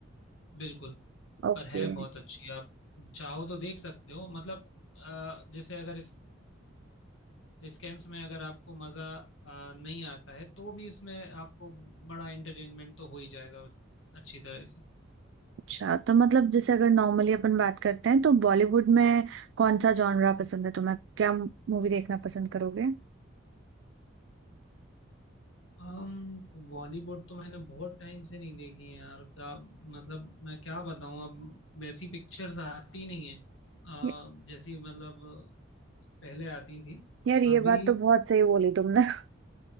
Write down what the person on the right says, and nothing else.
ओके
अच्छा तो मतलब जैसे अगर नॉर्मली अपन बात करते हैं तो बॉलीवुड में कौन सा जॉनरा पसंद है तुम्हें क्या मूवी देखना पसंद करोगे
ये-
यार ये
बात तो बहुत सही बोली तुमने <laughs>